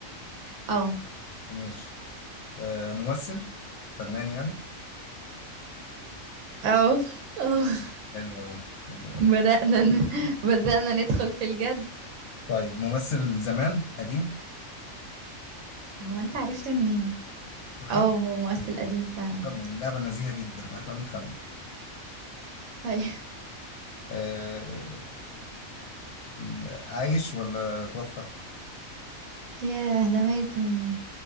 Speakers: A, on the right (about 70°); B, on the left (about 80°).
A: اه
B: ماشي آه ممثل فنان يعني
A: اه <laughs> اه
B: حلو قوي حلو
A: بدأنا
B: قوي
A: ن... <laughs> بدأنا ندخل في الجد
B: طيب ممثل زمان قديم
A: هو انت عرفت منين
B: بخمن
A: اه هو مؤثر قديم فعلا
B: بخمن لعبه نزيهه جدا احنا بنخمن
A: طيب
B: آه م- عايش ولا توفى
A: ياه ده مات من